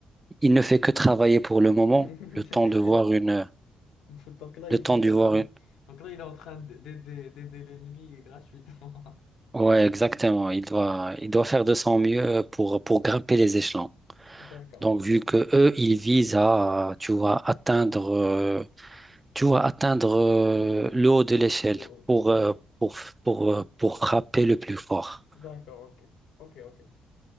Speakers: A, on the right (about 15°); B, on the left (about 80°).
A: il ne fait que travailler pour le moment,
B: <laughs>
A: le temps de voir une
B: Donc là, il
A: le temps
B: fait que
A: de
B: travailler.
A: voir une
B: Donc là, il est en train d'aider d'aider l'ennemi gratuitement.
A: Ouais, exactement, il doit il doit faire de son mieux pour pour grimper les échelons.
B: <laughs> D'accord,
A: Donc,
B: ok.
A: vu que eux, ils visent à, tu vois, atteindre, euh, tu vois, atteindre euh,
B: Le,
A: le haut de l'échelle
B: le haut.
A: pour,
B: D'accord.
A: euh, pour, pour, euh, pour frapper le plus fort.
B: D'accord, ok. Ok, ok.